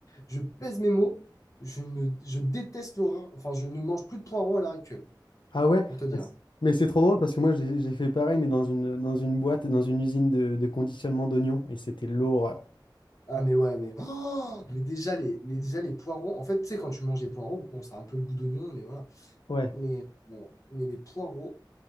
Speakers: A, on the left (about 45°); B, on the left (about 80°).
A: je pèse mes mots. Je, ne, je déteste l'horreur. Enfin, je ne mange plus de poireaux à l'heure actuelle,
B: Ah ouais?
A: pour te dire.
B: Mais c'est trop drôle parce que moi, j'ai j'ai fait pareil, mais dans une, dans une boîte, dans une usine de, de conditionnement d'oignons, et c'était l'horreur.
A: Ah mais ouais, mais, oh mais déjà, les, les- déjà les poireaux, en fait, tu sais, quand tu manges des poireaux, bon, ça a un peu le goût d'oignon, mais voilà.
B: Ouais.
A: Mais, bon, mais les poireaux,